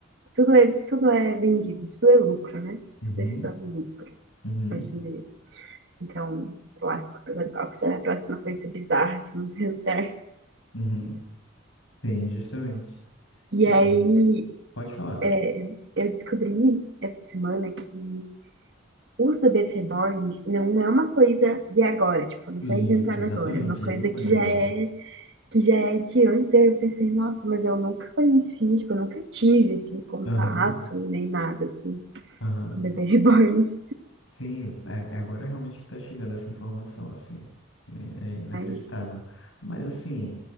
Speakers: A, on the right; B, on the left.
A: tudo é, tudo é vendido, tudo é lucro, né?
B: Uhum,
A: Tudo é visado lucro,
B: uhum,
A: hoje em dia. Então, lá ficou pensando qual que será a próxima coisa bizarra que vão inventar.
B: uhum. Sim, justamente.
A: E
B: E
A: aí,
B: pode falar.
A: é, eu descobri essa semana que os bebês reborns não é uma coisa de agora, tipo, não
B: Isso,
A: foi inventada
B: exatamente.
A: agora, é uma coisa
B: Eles não são
A: que
B: de
A: já
B: agora.
A: é que já é de antes. Aí eu pensei, nossa, mas eu nunca conheci, tipo, eu nunca tive assim contato
B: Aham,
A: nem nada assim
B: aham.
A: com bebê <laughs> reborn,
B: Sim, é é agora realmente que está chegando essa informação, assim. É, é inacreditável.
A: mas
B: Mas, assim,